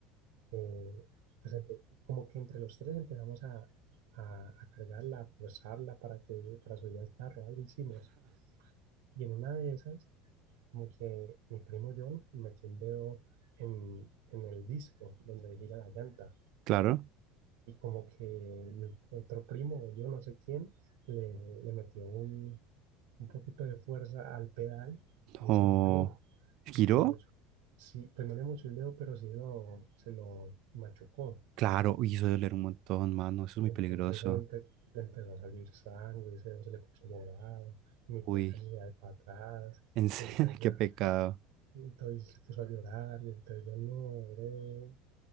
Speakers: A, on the right; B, on the right.
A: eh, pues empe- como que entre los tres empezamos a, a, a cargarla, a forzarla para que, para subir al carro, algo hicimos. Y en una de esas, como que mi primo John metió el dedo en, en el disco donde gira la llanta.
B: claro.
A: Y como que mi otro primo, o yo no sé quién, le, le metió un, un poquito de fuerza al pedal y
B: O
A: eso giró.
B: giró.
A: Y le mochó- sí, pues no le mochó el dedo, pero sí lo, se lo machucó.
B: Claro, uy, eso debe doler un montón, mano. Eso es muy
A: Y entonces
B: peligroso.
A: eso le, empe- le empezó a salir sangre, ese se le puso morado. Mi tía
B: Uy,
A: casi se da para atrás.
B: en serio,
A: Entonces
B: <laughs> qué
A: ya
B: pecado.
A: Y entonces se puso a llorar, y entonces yo no, bro.